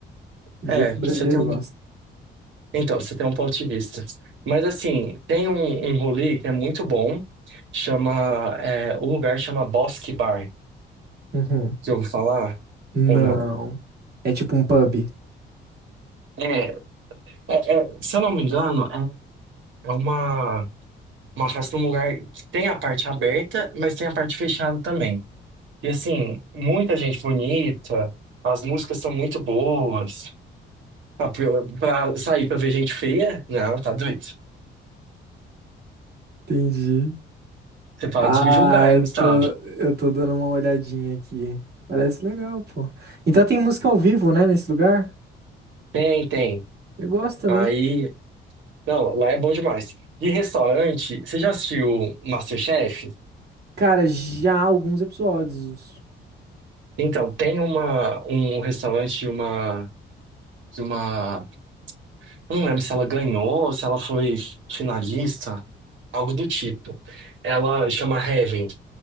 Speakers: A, on the right; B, on the right.
A: Do
B: É,
A: jeito que o brasileiro
B: você tem um.
A: gosta.
B: Então, você tem um ponto de vista. Mas assim, tem um, um rolê que é muito bom, chama, é, o lugar chama Bosque Bar.
A: Uhum.
B: que eu vou falar?
A: Não.
B: Ou não?
A: É tipo um pub.
B: É, é- é, se eu não me engano, é, é uma, uma festa num lugar que tem a parte aberta, mas tem a parte fechada também. E assim, muita gente bonita, as músicas são muito boas. Ah, pra, pra sair pra ver gente feia? Não, tá doido.
A: Entendi.
B: Você para
A: Ah,
B: de me julgar,
A: eu
B: hein, Gustavo?
A: tô, eu tô dando uma olhadinha aqui. Parece legal, pô. Então tem música ao vivo, né, nesse lugar?
B: Tem, tem.
A: Eu gosto também.
B: Aí. Não, lá é bom demais. E restaurante, você já assistiu MasterChef?
A: Cara, já há alguns episódios.
B: Então, tem uma, um restaurante de uma, de uma. Eu não lembro se ela ganhou, se ela foi finalista, algo do tipo. Ela chama Heaven.